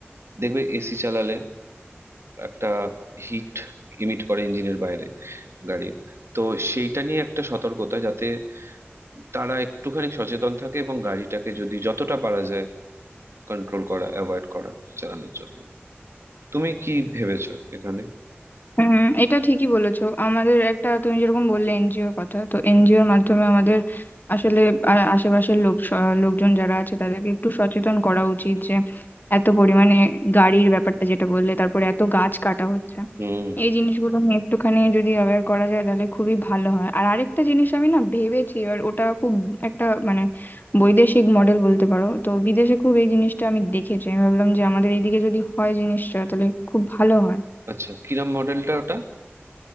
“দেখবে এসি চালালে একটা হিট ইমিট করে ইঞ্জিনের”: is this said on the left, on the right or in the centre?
Right